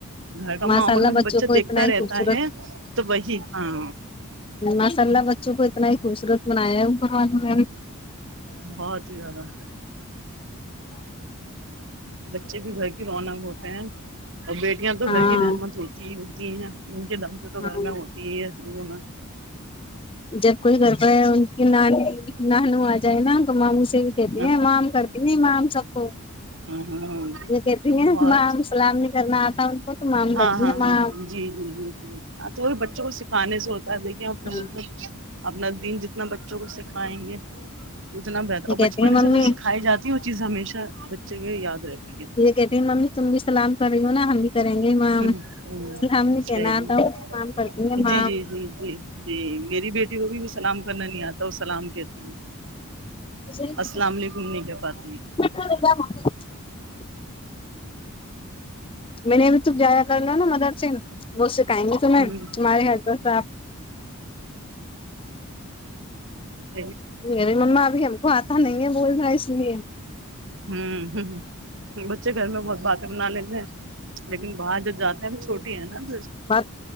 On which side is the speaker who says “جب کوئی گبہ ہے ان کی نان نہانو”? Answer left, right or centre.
Left